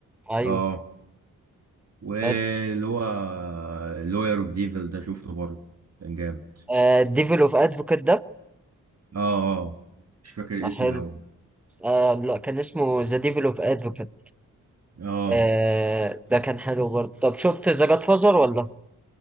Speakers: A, in the centre; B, on the right.
A: ايوه
B: اه واللي
A: حلو
B: هو لوير اوف ديفل ده شفته برضه كان جامد
A: آه ديفل اوف ادفوكات ده
B: اه اه مش فاكر
A: آه
B: اسمي
A: حلو
B: اوي
A: آه لا كان اسمه ذا ديفل اوف ادفوكات
B: اه
A: آه ده كان حلو برضه طب شفت ذا جاد فازر ولا